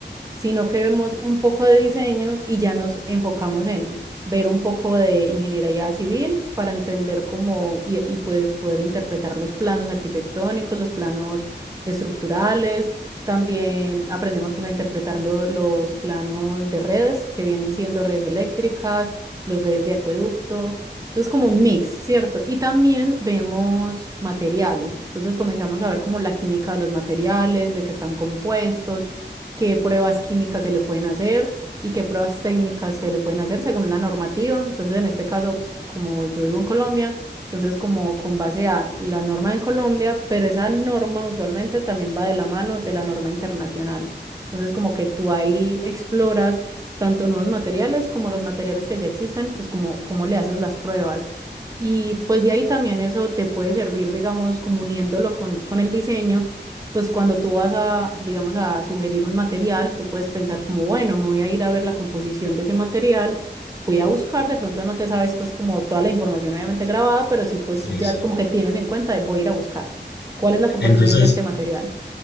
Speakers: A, on the right; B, on the left.
A: sino que vemos un poco de diseño y ya nos enfocamos en ver un poco de ingeniería civil para entender cómo y, y pues poder interpretar los planos arquitectónicos, los planos estructurales. También aprendemos pues a interpretar lo- los planos de redes que vienen siendo redes eléctricas, las redes de acueducto. Entonces, como un mix, ¿cierto? Y también vemos materiales. Entonces, comenzamos a ver como la química de los materiales, de qué están compuestos, qué pruebas químicas se le pueden hacer y qué pruebas técnicas se le pueden hacer según la normativa. Entonces, en este caso, pues, como yo vivo en Colombia, entonces como con base a la norma en Colombia, pero esa norma usualmente también va de la mano de la norma internacional. Entonces, como que tú ahí exploras tanto nuevos materiales como los materiales que ya existen, pues como cómo le haces las pruebas. Y pues de ahí también eso te puede servir, digamos, como uniéndolo con, con el diseño pues cuando tú vas a, digamos, a sugerir un material, tú puedes pensar como, bueno, me voy a ir a ver la composición de ese material, voy a buscar, de pronto no te sabes pues como toda la información obviamente grabada, pero sí pues
B: Sí,
A: ya
B: sí.
A: como que tienes en cuenta, de, voy a ir a buscar cuál es la composición
B: Entonces,
A: de este material.